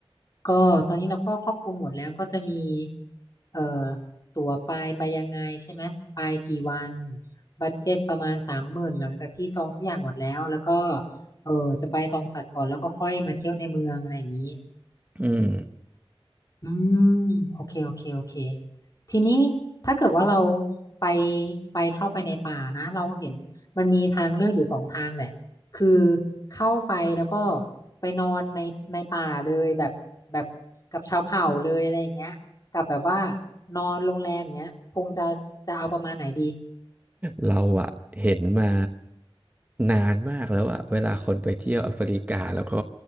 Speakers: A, on the left (about 40°); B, on the right (about 15°).
A: ก็ตอนนี้เราก็ครอบคลุมหมดแล้วก็จะมีเอ่อตั๋วไปไปยังไงใช่ไหมไปกี่วันบัดเจ็ตประมาณสามหมื่นหลังจากที่จองทุกอย่างหมดแล้วแล้วก็เออจะไปส่องสัตว์ก่อนแล้วก็ค่อยมาเที่ยวในเมืองอะไรอย่างนี้
B: อืม
A: อืมโอเคโอเคโอเคทีนี้ถ้าเกิดว่าเราไปไปเข้าไปในป่านะเราเห็นมันมีทางเลือกอยู่สองทางแหละคือเข้าไปแล้วก็ไปนอนในในป่าเลยแบบแบบกับชาวเผ่าเลยอะไรอย่างเงี้ยกับแบบว่านอนโรงแรมอย่างเงี้ยคงจะจะเอาประมาณไหนดี
B: เราอะเห็นมานานมากแล้วอะเวลาคนไปเที่ยวแอฟริกาแล้วก็